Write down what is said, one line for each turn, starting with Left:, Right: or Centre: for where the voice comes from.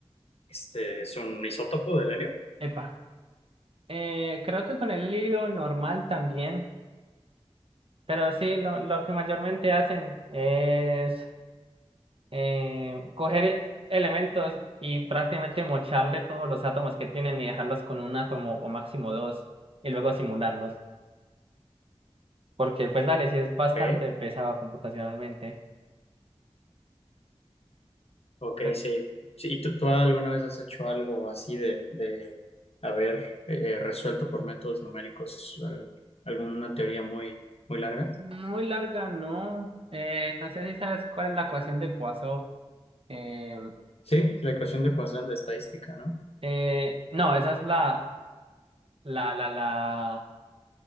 Left: este, es un isótopo del helio,
Right: epa. Eh, creo que con el lirio normal también, pero sí, lo, lo que mayormente hacen es eh, coger e- elementos y prácticamente mocharle todos los átomos que tienen y dejarlos con un átomo o máximo dos y luego simularlos. Porque pues dale, sí es bastante
Left: ¿ok?
Right: pesado computacionalmente.
Left: Ok,
Right: Pe-
Left: sí. Sí, ¿Y tú, tú alguna vez has hecho algo así de, de haber eh, resuelto por métodos numéricos al- alguna teoría muy, muy larga?
Right: Muy larga, no. Eh, no sé si sabes cuál es la ecuación de Poisson. Eh,
Left: Sí, la ecuación de Poisson de estadística, ¿no?
Right: eh, no, esa es la, la, la, la.